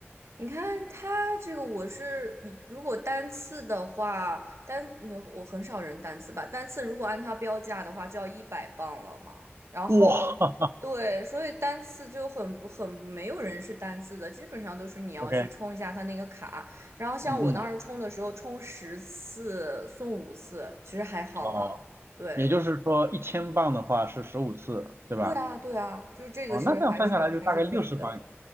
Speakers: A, on the right; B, on the right.
A: 你看他这个，我是你如果单次的话，单嗯我很少人单次吧，单次如果按他标价的话，就要一百磅了嘛。然后，
B: 哇
A: 对，所以单次就很不很没有人是单次的，基本上都是你要去充一下他那个卡。
B: ，OK，
A: 然后像我当时充的时候，
B: 嗯嗯，
A: 充十次送五次，其实还好啦。
B: 哦
A: 对，
B: 也就是说一千磅的话是十五次，对吧？
A: 对啊，对啊，就是这个其实还是还是可以的。
B: 哦，那这样算下来就大概六十磅，